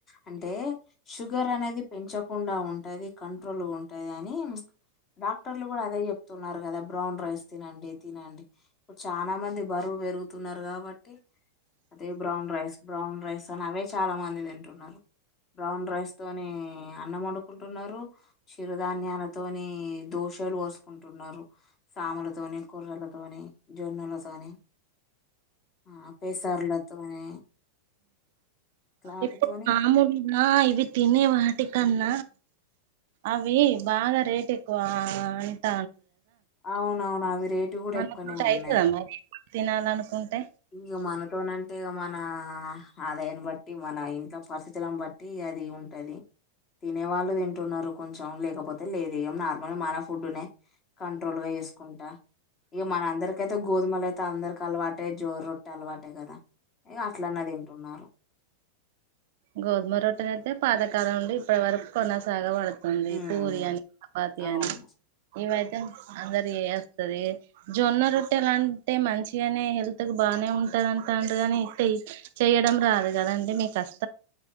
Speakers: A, on the left; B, on the right.
A: అంటే షుగర్ అనేది పెంచ కుండా ఉంటంది కంట్రోల్ ఉంటాది అని డాక్టర్లు కూడ అదే చెప్ స్తున్నారు కదా బ్రౌన్ రైస్ తినండి తినండి ఇప్పుడు చాలా మంది బరువు పెరుగుతున్నారు కాబట్టి అదే బ్రౌన్ రైస్ బ్రౌన్ రైస్ అని అవే చాల మంది తింటున్నారు బ్రౌన్ రైస్ తోని అన్నం వండుకుంటున్నారు చిరుధాన్యాలతోని దోషలు కుంటున్నారు సాములతోని కూర్రలతోని జొన్నలతోని ఆ పేసరుల తోనే ఆటితోని
B: ఇప్పు మాముూలు ఇవి తినే వాటికాన్న అవి బాగ రేట్ ఎక్కువా అంట
A: అవునవును అవి రేటు కూడ
B: మన
A: ఎక్కువనే
B: పూట
A: ఉన్నాయి
B: అయితదా మరి తినాలనుకుంటే
A: ఇగ మన <unintelligible> అత్తేగా మన ఆదాయాన్ని బట్టి మన ఇంట్లో పరిస్థితులలను బట్టి అది ఉంటది తినే వాళ్ళు తింటున్నారు కొంచెం లేకపోతే లేదు ఏమ్ నార్మల్ మన ఫుడ్డునే కంట్రోల్ గా చేసుకుంటా ఇక మన అందరికయితే గోధుమలు అయి త అందరికి అలవాటే జోర రొట్టే అలవాటే కదా ఇగ అట్లనే తింటున్నారు
B: జొన్న రొట్టెనయితే పాతకాలం నుండి ఇప్పటి వరకు కొన్నాసాగ పడతుంది ఉంది
A: ఉమ్
B: పూరి అని చపాతి
A: అవును
B: అని ఇవయితే తే అందరి ఏస్తది జొన్న రొట్టెలంటే మంచిగానే హెల్త్ కు బానే ఉంట ఇత్తరంతండు గాని ఇత్తే చెయ్యడం రాదు కదండి మీకు కస్